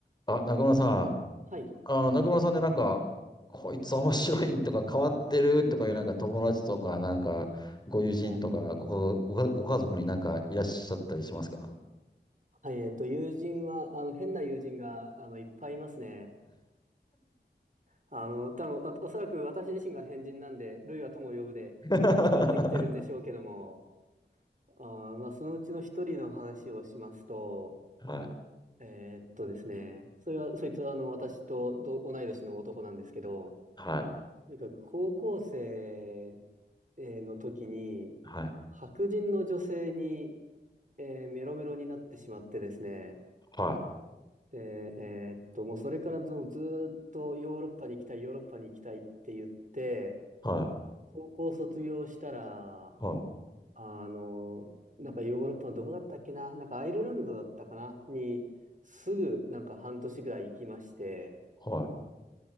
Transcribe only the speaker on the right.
はい。
はい。
はい。えっと、友人は、あの、変な友人が、あの、いっぱいいますね。あの、多分、あおそらく私自身が変人なんで、ルイは友を呼ぶで、
違ってきてるんでしょうけども、あー、まあ、そのうちの一人の話をしますと、
えーっとですね、それは、そいつは、あの、私とど同い年の男なんですけど、
なんか、高校生の時に、
白人の女性に、えーメロメロになってしまってですね、
で、えーっと、もうそれからずずーっとヨーロッパに行きたい、ヨーロッパに行きたいって言って、
高校卒業したら、
あの、なんかヨーロッパのどこだったっけな、なんかアイルランドだったかな、にすぐなんか半年ぐらい行きまして、